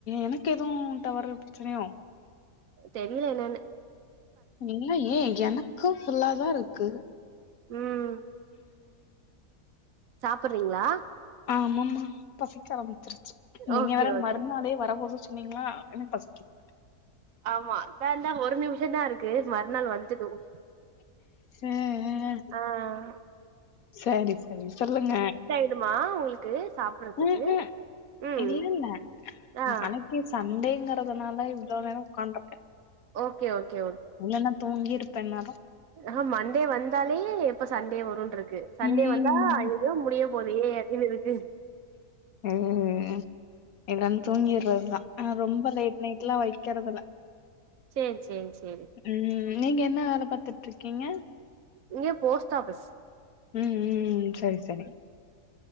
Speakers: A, on the left; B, on the right.
A: எனக்கு எதுவு டவரு ப்ரெச்சனையோ
B: தெரியல என்னனு
A: இல்ல ஏ எனக்கு ஃபுல்லாதாருக்கு
B: ம் சாப்பிற்றீங்ளா
A: ஆ ஆமாமா பசிக்க ஆரம்பிச்சிருச்சு நீங்க
B: ஓகே
A: வேற
B: ஓகே
A: மறுநாளே வரபோது சொன்னீங்ளா எனக் பசிக்கித்
B: ஆமா அதா இந்தா ஒரு நிமிஷந்தா இருக்கு மறுநாள் வந்துதுவு
A: அ அ
B: ஆ
A: சரி சரி சொல்லுங்க
B: ன்மா உங்களுக்கு சாப்பற்றதுக்கு
A: ம்ஹூம்
B: ம்
A: இல்ல இல்ல
B: அ
A: நாளைக்கு சண்டேங்கறதுனால இவ்ளோ நேரோ உக்காண்ட்ருக்கே
B: ஓகே ஓகே
A: இல்லன்னா தூங்கிருப்பே இந்நேரோ
B: ஆ மண்டே வந்தாலே இப்ப சண்டே வருன்ட்ருக்கு சண்டே
A: ம்
B: வந்தா ஐய்யய்யோ முடிய போதே அப்டின் இருக்கு
A: ம் இல்லனு தூங்கிரத் தா ஆ ரொம்ப லேட் நைட்ல்லா வைக்கறதுல
B: செரி செரி சேரி
A: ம் நீங்க என்ன வேல பாத்தட்ருக்கீங்க
B: இங்க போஸ்ட் ஆபிஸ்
A: ம் ம் சரி சரி